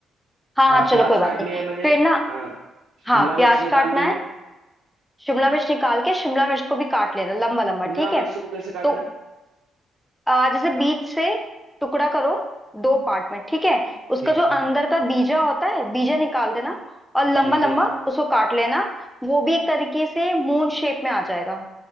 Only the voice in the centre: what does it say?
हाँ
हाँ चलो
कोई
बात नहीं
फिर ना
हाँ प्याज
काटना
है
शिमला
मिर्च निकाल के शिमला मिर्च को भी काट लेना लंबा लंबा
ठीक
है
तो
आ, जैसे बीच से टुकड़ा करो दो पार्ट में ठीक है उसका
जो
अंदर का बीजा होता है बीजा निकाल देना और लंबा
लंबा
उसको काट लेना वो भी एक तरीके से मून शेप में आ जाएगा